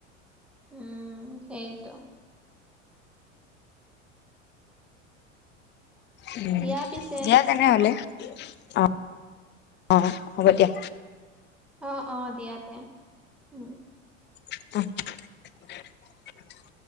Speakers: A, in the centre; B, on the left.
A: উম সেইটো।
B: উম
A: দিয়া পিছে
B: দিয়া তেনেহ'লে। অ', অ', হ'ব দিয়া।
A: অ', অ', দিয়া দিয়া, উম।
B: <unintelligible>